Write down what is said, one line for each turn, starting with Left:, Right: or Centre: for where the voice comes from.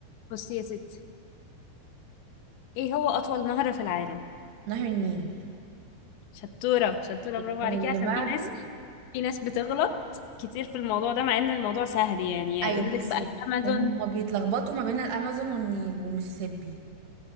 Left: بصي يا ستي ايه هو أطول نهر في العالم؟
Right: نهر النيل
Left: شطورة شطورة برافو
Right: واللي
Left: عليكي عشان
Right: بعده
Left: في ناس في ناس بتغلط كتير في الموضوع ده مع ان الموضوع سهل يعني
Right: أيوة
Left: يقول
Right: بصي
Left: لك بقى الامازون
Right: هما بيتلخبطوا ما بين الأمازون والنيل والميسيسيبي